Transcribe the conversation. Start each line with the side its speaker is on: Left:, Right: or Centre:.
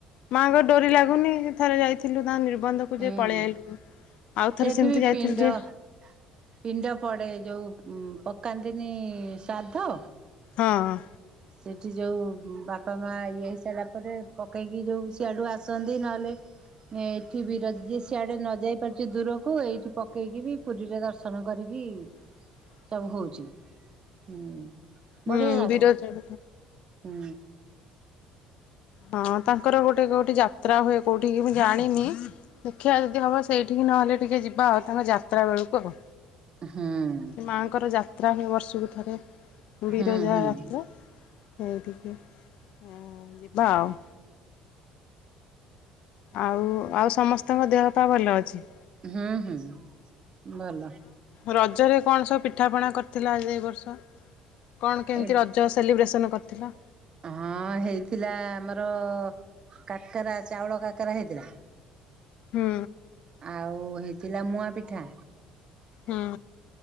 Left: ମାଆଙ୍କ ଡୋରି ଲାଗୁନି ଥରେ ଯାଇଥିଲୁ ତା ନିର୍। ବନ୍ଧ କୁ
Right: ହୁଁ
Left: ଯେ ପଳେଇଆଇଲୁ ଆଉ
Right: ସେଠି
Left: ଥରେ ସେମିତି
Right: ବି
Left: ଯାଇଥିଲୁ
Right: ପିଣ୍ଡ
Left: ଯେ।
Right: ପିଣ୍ଡ ପଡ଼େ ଯେଉଁ ପକାନ୍ତିନି ଶ୍ରାଦ୍ଧ।
Left: ହଁଅଁ।
Right: ସେଇଠି ଯେଉ ବାପା ମା ଇଏ ହେଇସାରିଲା ପରେ ପକେଇକି ଯେଉ ସିଆଡ଼ୁ ଆସନ୍ତି ନହେଲେ। ଏଇଠି ବି ର ଯ ସିଆଡେ ନ ଯାଇ ପାରୁଛି ଦୂରକୁ ଏଇଠି ପକେଇକି ବି ପୁରୀରେ ଦର୍ଶନ କରିକି।
Left: ହଁ
Right: ସବୁ ହଉଛି ହୁଁ।
Left: ହୁଁ
Right: ବଢିଆ ଜାଗା
Left: ବିରଜା।
Right: ହୁଁ।
Left: ହଁ ତାଙ୍କର ଗୋଟେ କୋଉଠି ଯାତ୍ରା ହୁଏ କୋଉଠି କି ମୁଁ ଜାଣିନି। ଦେଖିବା ଯଦି ହବ ସେଇଠିକି ନହେଲେ ଟିକେ ଯିବା ଆଉ ତାଙ୍କ ଯାତ୍ରା ବେଳକୁ ଆଉ।
Right: ହଁଉ।
Left: ମାଆଙ୍କର ଯାତ୍ରା ହୁଏ ବର୍ଷକୁ ଥରେ ବିରଜା
Right: ହୁଁ ହୁଁ
Left: ଯାତ୍ରା। ସେଇଠିକି ହୁଁ ଯିବା ଆଉ। ଆଉ ଆଉ ସମସ୍ତଙ୍କ ଦେହ ପା ଭଲ ଅଛି।
Right: ହୁଁ ହୁଁ ଭଲ।
Left: ରଜରେ କଣ ସବୁ ପିଠା ପଣା କରିଥିଲ ଆଜି ଏ ବର୍ଷ କଣ କେମତି
Right: ଏ
Left: ରଜସେ। ସେଲିବ୍ରେସନ୍ କରିଥିଲ।
Right: ହଁ ହେଇଥିଲା ଆମର କାକରା ଚାଉଳ କାକରା ହେଇଥିଲା।
Left: ହୁଁ
Right: ଆଉ ହେଇଥିଲା ମୁଆ ପିଠା।
Left: ହୁଁ।